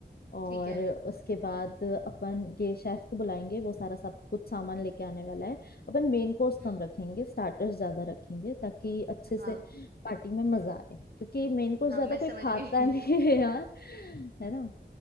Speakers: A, on the left; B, on the right.
A: और
B: ठीक है
A: उसके बाद अपन ये शेफ को बुलाएंगे वो सारा सब कुछ सामान लेके आने वाला है अपन मेन कोर्स
B: हम्म
A: कम रखेंगे स्टार्टर्स ज्यादा रखेंगे ताकि अच्छे
B: हाँ
A: से पार्टी में मजा आए क्योंकि मेन कोर्स
B: हाँ
A: ज्यादा
B: मैं
A: कोई
B: समझ
A: खाता
B: गई
A: <laughs> नहीं है यार है ना